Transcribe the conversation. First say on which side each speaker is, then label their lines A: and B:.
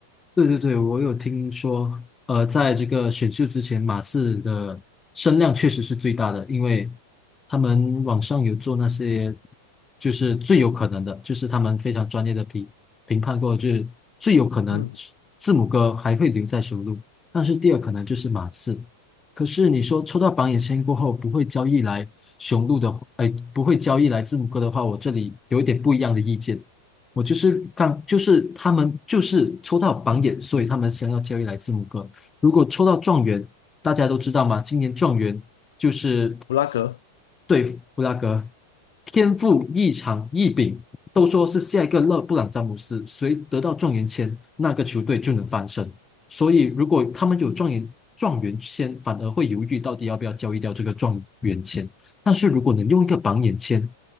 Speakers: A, on the left (about 15°); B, on the left (about 60°).
A: 对对对，我有听说，呃，在这个选秀之前，马刺的声量确实是最大的，因为他们网上有做那些，就是最有可能的，就是他们非常专业的评评判过，就是最有可能
B: 嗯，
A: 字母哥还会留在雄鹿，但是第二可能就是马刺。可是你说抽到榜眼签过后不会交易来雄鹿的，哎，不会交易来字母哥的话，我这里有一点不一样的意见。我就是刚，就是他们就是抽到榜眼，所以他们想要交易来字母哥。如果抽到状元，大家都知道嘛，今年状元就是
B: 布拉格，
A: 对布拉格天赋异常异禀，都说是下一个勒布朗詹姆斯，谁得到状元签，那个球队就能翻身。所以如果他们有状元状元签，反而会犹豫到底要不要交易掉这个状元签。但是如果能用一个榜眼签